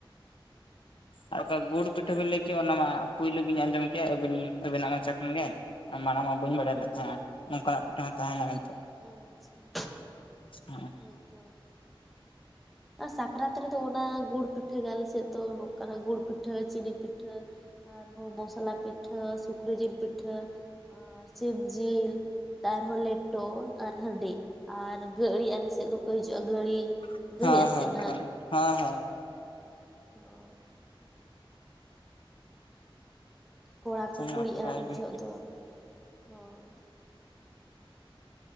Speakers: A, on the left; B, in the centre.
A: ᱟᱨ ᱚᱠᱟ ᱜᱩᱲ ᱯᱤᱴᱷᱟᱹ ᱵᱤᱱ ᱞᱟᱹᱭ ᱠᱮᱜ ᱚᱱᱟ ᱢᱟ ᱯᱩᱭᱞᱩ ᱜᱤᱧ ᱟᱸᱡᱚᱢ ᱠᱮᱜ ᱟᱵᱤᱱ ᱟᱵᱤᱱᱟᱜ ᱢᱚᱪᱟ ᱠᱷᱚᱱ ᱜᱮ᱾ ᱢᱟᱲᱟᱝ ᱢᱟ ᱵᱟᱹᱧ ᱵᱟᱲᱟᱭ ᱞᱮᱫ ᱛᱟᱦᱮᱸᱜ-ᱟ ᱱᱚᱝᱠᱟᱱᱟᱜ ᱯᱤᱴᱷᱟᱹ ᱦᱚᱸ ᱛᱟᱦᱮᱱᱟ ᱢᱮᱱᱛᱮ᱾
B: ᱟᱪᱪᱷᱟ
A: ᱦᱮᱸ ᱦᱳᱭ
B: ᱦᱳᱭᱛᱚ᱾ ᱥᱟᱠᱨᱟᱛ ᱨᱮᱫᱚ ᱚᱱᱟ ᱜᱩᱲ ᱯᱤᱴᱷᱟᱹ ᱜᱮ ᱟᱞᱮ ᱥᱮᱜ ᱫᱚ ᱱᱚᱠᱟᱱᱟ ᱠᱟᱱᱟ ᱜᱩᱲ ᱯᱤᱴᱷᱟᱹ ᱪᱤᱱᱤ ᱯᱤᱴᱷᱟᱹ ᱟᱨᱦᱚᱸ ᱢᱚᱥᱞᱟ ᱯᱤᱴᱷᱟᱹ ᱥᱩᱠᱨᱤ ᱡᱤᱞ ᱯᱤᱴᱷᱟᱹ ᱟᱨ ᱥᱤᱢ ᱡᱤᱞ ᱟᱨᱦᱚᱸ ᱞᱮᱴᱚ ᱟᱨ ᱦᱟᱺᱰᱤ ᱟᱨ ᱜᱟᱹᱲᱤ ᱟᱞᱮ ᱥᱮᱫ ᱫᱚᱠᱚ ᱦᱤᱡᱩᱜ-ᱟ ᱜᱟᱹᱲᱤ᱾
A: <unintelligible>
B: ᱜᱟᱹᱲᱤ ᱟᱥᱮ ᱱᱟᱜ <unintelligible> ᱠᱚᱲᱟ ᱠᱚ ᱠᱩᱲᱤᱜ-ᱟ
A: ᱱᱟᱯᱟᱭ
B: ᱩᱱ
A: ᱜᱮ
B: ᱡᱚᱦᱚᱜ ᱫᱚ ᱦᱳᱭ ᱾